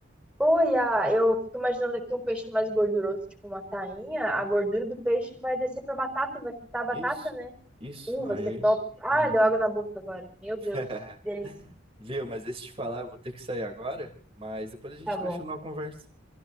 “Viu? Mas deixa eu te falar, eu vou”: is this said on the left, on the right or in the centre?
Right